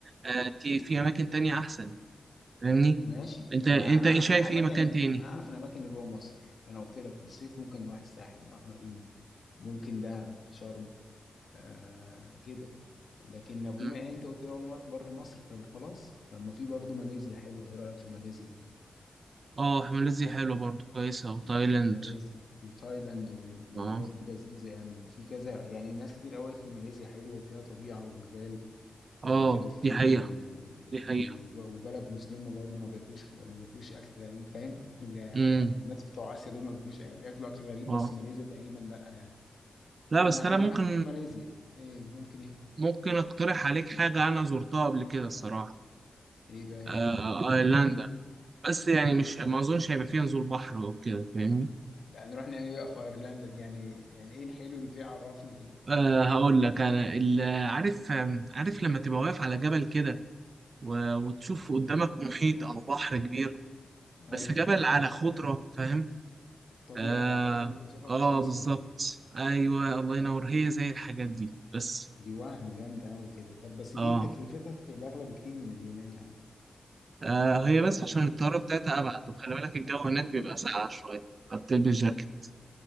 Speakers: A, on the right (about 55°); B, on the left (about 65°).
A: آه، تي- في اماكن تانية احسن فاهمني
B: ماشي
A: انت
B: انا
A: انت
B: انا
A: ايه
B: اعرف
A: شايف
B: الاماكن
A: ايه مكان
B: اللي انا
A: تاني
B: اعرف الاماكن اللي جوه مصر انا قلت لك في الصيف ممكن نروح الساحل نروح مارينا ممكن دهب شرم آه كده لكن لو بما
A: مم.
B: ان انت قلت بقى بره مصر طب خلاص طب ما في برضه ماليزيا حلوه ايه رايك في ماليزيا
A: اه ماليزيا حلوة برضو كويسة وتايلاند
B: مال- ماليزيا وتايلاند وال- والبلاد
A: اه
B: دي لذيذه يعني في كذا يعني ناس كتير قوي قالت لي ماليزيا حلوه وفيها طبيعه وجبال
A: اه
B: ويتلف
A: دي
B: ليك
A: حقيقة
B: و...
A: دي حقيقة
B: و- وبلد مسلمة برضه ما بياكلوش ما بياكلوش أكل غريب فاهم <laughs> ال-
A: امم
B: الناس بتوع آسيا دول ما بياكلوش بياكلوا أكل غريب
A: اه
B: بس ماليزيا تقريبا لأ يعني
A: لا
B: فأنا
A: بس انا
B: أنا
A: ممكن
B: معاك في ماليزيا إيه ممكن إيه
A: ممكن اقترح عليك حاجه انا زرتها قبل كده الصراحه
B: إيه بقى
A: آه
B: هي
A: ايرلندا بس يعني مش ما اظنش هيبقى فيها نزول بحر او كده فاهمني
B: لا نروح نعمل إيه بقى في أيرلندا دي يعني يعني إيه الحلو اللي فيها عرفني كده
A: آه هقول لك انا ال- عارف عارف لما تبقى واقف على جبل كده و- وتشوف قدامك محيط او بحر كبير بس
B: أيوه
A: جبل على خضره فاهم
B: طبيعة
A: اه
B: بقى الحاجات اللي بنشوفها
A: اه
B: في سويسرا
A: بالظبط
B: دي
A: ايوه الله ينور هي زي الحاجات دي بس
B: دي وهم جامدة أوي كده طب بس
A: اه
B: دي تكلفتها تبقى أغلى بكتير من اليونان يا عم
A: آه هي بس عشان الطيارة بتاعتها أبعد وخلي بالك الجو هناك بيبقى ساقع شوية فبتلبس جاكيت